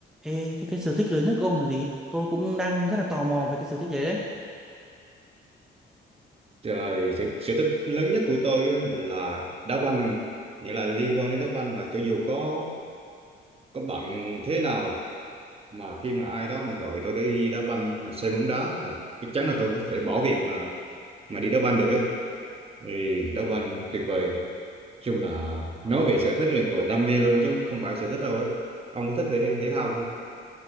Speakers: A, in the centre; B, on the right.
A: Ê, thế cái sở thích lớn nhất của ông là gì? Tôi cũng đang rất là tò mò về cái sở thích đấy đấy.
B: Rồi, sở, sở thích lớn nhất của tôi á là đá banh không? Nghĩa là liên quan đến đá banh là cho dù có có bận thế nào mà khi mà ai đó mà gọi tôi đi đá banh hoặc xem bóng đá là chắc chắn là tôi có thể bỏ việc mà mà đi đá banh được ấy. Thì đá banh tuyệt vời. Nói Chung là nói về sở thích là gọi là đam mê luôn chứ không phải sở thích đâu ấy. Ông có thích thể thể thao không?